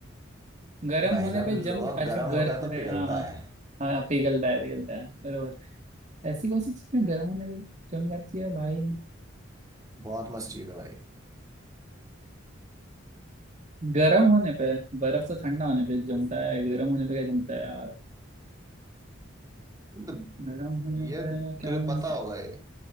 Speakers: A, on the right; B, on the right.
A: गर्म
B: भाई
A: होने
B: साहब
A: पे
B: लोहा
A: जम अच्छा
B: गर्म
A: गर
B: होता है
A: अरे
B: तो पिघलता
A: हाँ हाँ
B: है
A: हाँ पिघलता है पिघलता है बराबर ऐसी कौन सी चीज है गर्म होने पे जम जाती है भाई
B: बहुत मस्त चीज है भाई
A: गर्म होने पे बर्फ
B: हाँ।
A: तो ठंडा होने पे जमता है गर्म होने पे क्या जमता है यार
B: मतलब
A: गर्म होने
B: ये
A: पे क्या
B: तुझे
A: जमता
B: पता होगा ये